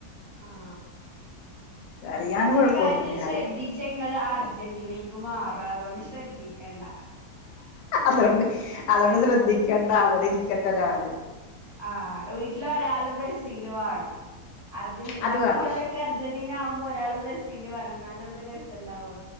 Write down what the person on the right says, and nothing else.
ആഹ
മെസിന്റെ
കാര്യത്തിൽ ശ്രദ്ധിച്ച
നിങ്ങള് അർജന്റീന ക്ക് മാറ അതോണ്ട് ശ്രദ്ധിക്കണ്ട
ആഹ വീട്ടിലൊരാളും ബസീൽ വേണം അർജന്
ബാക്കിള്ളോലൊക്കെ
അർജന്റീന ആകുമ്പോൾ ഒരാള് ബ്രസീൽ വേണം ന്നാലോള്ളു രസണ്ടാവൊള്ളൂ